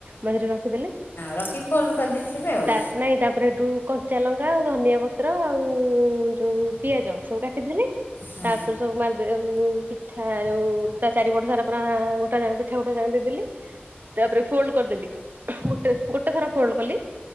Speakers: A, on the right; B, on the left.
A: ମଝିରେ ରଖିଦେଲି।
B: ରଖିକି ଫୋଲ୍ଡ କରିଦେଇଥିବେ ଆଉ?
A: ତା ନାଇଁ ତା ପରେ ସେଇଠୁ କଞ୍ଚା ଲଙ୍କା ଆଉ ଧନିଆ ପତ୍ର ଆଉ ଯୋଉ ପିଆଜ ସବୁ କାଟିଥିଲି।
B: ହଁ
A: ତା ପରେ ସବୁ ମାର୍ ଯୋଉ ପିଠା ଯୋଉ ତା ଚାରିପଟ ସାରା ପୁରା <unintelligible> ପିଠା ଗୋଟେ <unintelligible> ଦେଇଦେଲି। ତା ପରେ ଫୋଲ୍ଡ କରିଦେଲି ଗୋଟେ ଗୋଟେ ଥର ଫୋଲ୍ଡ କଲି।